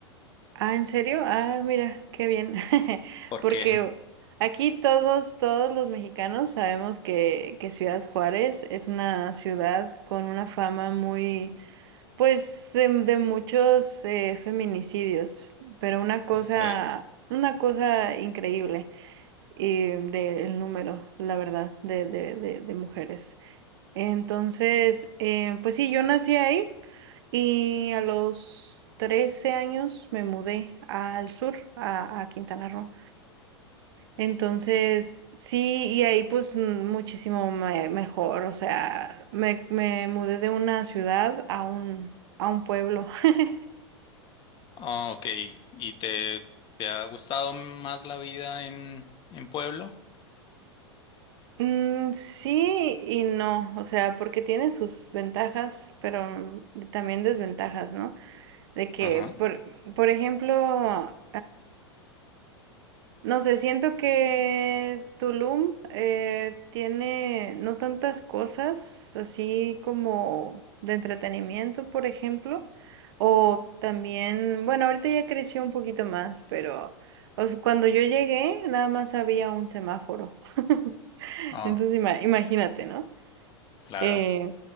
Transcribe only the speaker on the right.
Ah, ¿en serio? Ah, mira, qué bien. <laughs>
Porque
aquí todos, todos los mexicanos sabemos que, que Ciudad Juárez es una ciudad con una fama muy, pues, de, de muchos eh, feminicidios, pero una cosa,
una cosa increíble y del número, la verdad, de, de, de, de mujeres. Entonces, eh, pues sí, yo nací ahí y a los 13 años me mudé al sur, a, a Quintana Roo. Entonces, sí, y ahí pues mm, muchísimo me- mejor, o sea, me, me mudé de una ciudad a un, a un pueblo. <laughs>
Mm, sí y no, o sea, porque tiene sus ventajas, pero también desventajas, ¿no? De que,
por, por ejemplo, No sé, siento que Tulum eh, tiene no tantas cosas así como de entretenimiento, por ejemplo, o también, bueno, ahorita ya creció un poquito más, pero o sea, cuando yo llegué nada más había un semáforo. <laughs>
Entonces ima- imagínate, ¿no?
Eh,